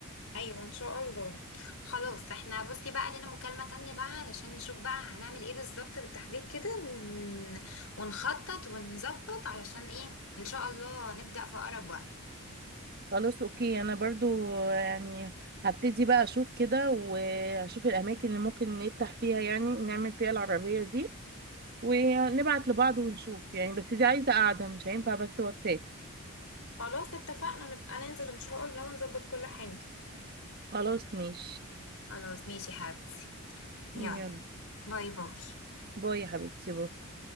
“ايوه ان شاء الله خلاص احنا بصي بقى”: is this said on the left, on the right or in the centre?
Left